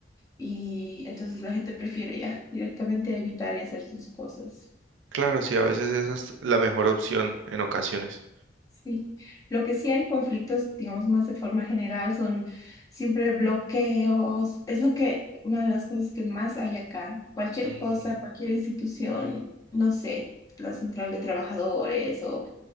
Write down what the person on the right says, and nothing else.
Claro, sí, a veces esa es la mejor opción en ocasiones.
Mm,